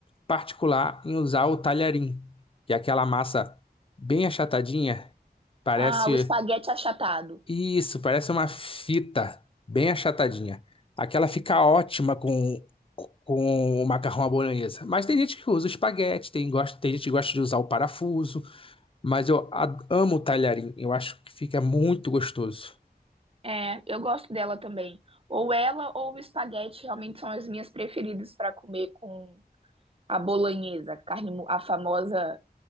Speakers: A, on the left (about 35°); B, on the right (about 35°).
A: particular em usar o talharim, que é aquela massa bem achatadinha, parece
B: Ah, o espaguete achatado.
A: Isso, parece uma fita bem achatadinha. Aquela fica ótima com, com o macarrão à bolonhesa. Mas tem gente que usa o espaguete, tem, gosta, tem gente que gosta de usar o parafuso. Mas eu a- amo o talharim, eu acho que fica muito gostoso.
B: É, eu gosto dela também. Ou ela ou o espaguete realmente são as minhas preferidas para comer com a bolonhesa, a carne, mo- a famosa,